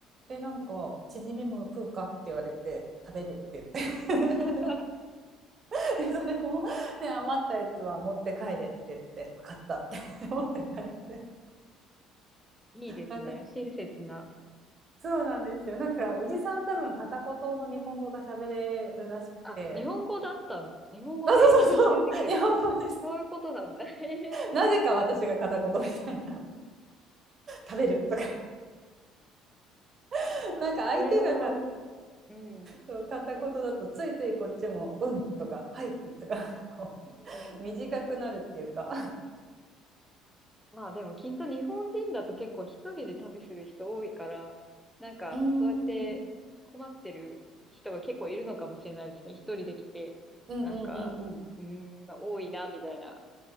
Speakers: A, on the right (about 45°); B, in the centre.
A: で、なんか、チヂミも食うかって言われて、食べるって言っ
B: <laughs>
A: て <laughs> で、それも、ね、余ったやつは持って帰れって言って、分かったって <laughs> 持って帰って。
B: いいですね。
A: なんか、
B: 親切な。
A: そうなんですよ。なんか、おじさん多分片言の日本語が喋れるらしくて、
B: あ、日本語だったんだ。日本語で言う、
A: あ、そうそうそう、
B: 言うてきてる。
A: 日本語です。
B: あ、そういうことなんだ。<laughs> へえ。
A: なぜか私が片言みたいな、食べるとか <laughs>
B: まあ、
A: なんか相手がか
B: それは、うん、う
A: そう片言だとついついこっちも「うん」とか「はい」とか <laughs> こ
B: ん。
A: う短くなるっていうか
B: まあでもきっと日本人だと結構一人で旅する人多いから、なんかそうやって困ってる人が結構いるのかもしれないですね。
A: <laughs> うーん
B: 一人で来て、
A: うんうんうんうん。
B: なんか、うーん、多いな、みたいな